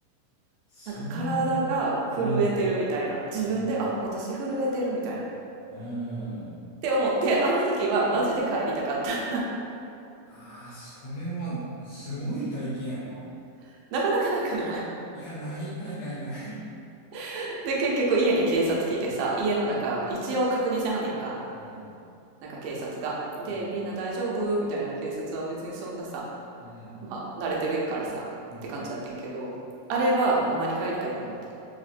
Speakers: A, on the left (about 70°); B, on the right (about 85°).
A: そん
B: なんか体が震えてるみたいな。
A: な。うん。
B: 自分で、
A: うん。
B: あ、私震えてるみたいな。っ
A: うん
B: て思って、あの時はマジで帰りたかった。
A: ああ、それは、すごい体験やな。
B: <laughs> なかなかなくない
A: いや、ない、ない、ない、ない。
B: <laughs> で、結局家に警察来てさ、家の中、
A: うん。
B: 一応確認しはんねやんか。
A: うん。
B: なんか警察が。で、
A: うん。
B: みんな大丈夫みたいな警察は別にそんなさ、
A: うん。
B: まあ慣れてるからさ、
A: うん。
B: って感じやってんけど、あれはほんまに帰りたいと思った。